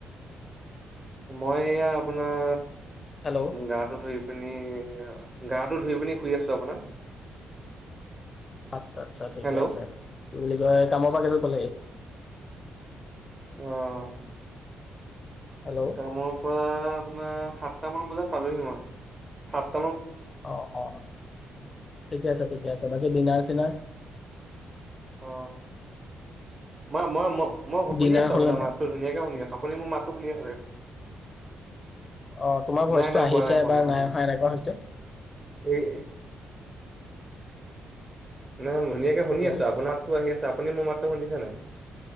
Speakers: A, on the right (about 25°); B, on the left (about 35°).
A: মই এয়া আপোনাৰ
B: হেল্ল'
A: গাটো ধুই আপনি গাটো ধুই পিনি শুই আছো আপোনাৰ।
B: আচ্ছা আচ্ছা ঠিকে
A: হেল্ল'
B: আছে, কি বুলি কয় কামৰ পৰা কেইটাত পালেহি?
A: আহ।
B: হেল্ল'
A: কামৰ পৰা আপোনাৰ সাতটা মান বজাত পালোহি মই সাত
B: অ অ ঠিকে আছে ঠিকে আছে বাকী দিনাৰ চিনাৰ
A: অ মই মই ম মই শুনি
B: ডিনাৰ
A: আছো
B: হ'লে
A: আপোনাৰ
B: নাই
A: মাততো ধুনীয়াকে শুনি আছো আপুনি মোৰ মাততো শুনি আছো
B: অ তোমাৰ ভইচটো
A: নাই নাই
B: আহিছে
A: হোৱা হোৱা
B: বা নাই
A: হোৱা
B: অহা এনেকুৱা হৈছে
A: এই নাই ধুনীয়াকে শুনি
B: হেল্ল'
A: আছো আপোনাৰাতটো আহি আছে আপুনি মোৰ মাতটো শুনিছে নাই